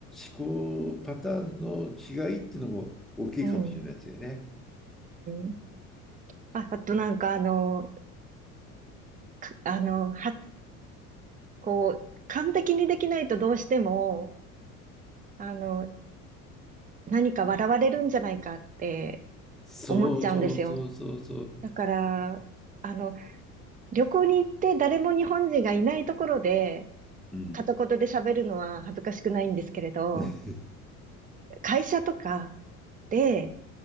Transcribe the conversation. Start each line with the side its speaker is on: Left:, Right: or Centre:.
Centre: 考パターンの違いっていうのも大きいかもしれないですよね。
Right: うん。うーん。あ、あとなんかあの、かあの、は、こう、完璧にできないとどうしても、あの、何か笑われるんじゃないかって、
Centre: そうそうそうそうそう。
Right: 思っちゃうんですよ。だから、あの、旅行に行って誰も日本人がいないところで、
Centre: うん。
Right: 片言で喋るのは恥ずかしくないんですけれど、
Centre: <laughs>
Right: 会社とかで、